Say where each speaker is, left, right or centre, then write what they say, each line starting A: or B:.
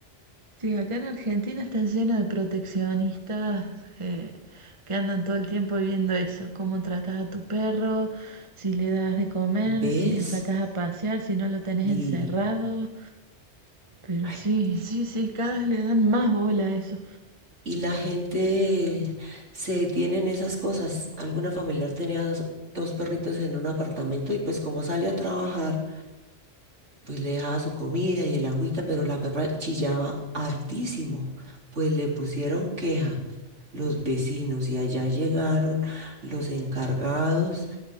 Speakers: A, on the right; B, on the right.
A: Sí, acá en Argentina está lleno de proteccionistas eh, que andan todo el tiempo viendo eso, cómo tratas a tu perro, si le das de comer,
B: ¿Ves?
A: si lo sacas a pasear, si no lo tenés
B: Y...
A: encerrado. Pero
B: ay,
A: sí, sí, sí, cada vez le dan más bola a eso.
B: y la gente se detiene en esas cosas. Alguna familiar tenía dos dos perritos en un apartamento y pues como sale a trabajar, pues le dejaba su comida y el agüita, pero la perra chillaba hartísimo. Pues le pusieron queja los vecinos y allá llegaron los encargados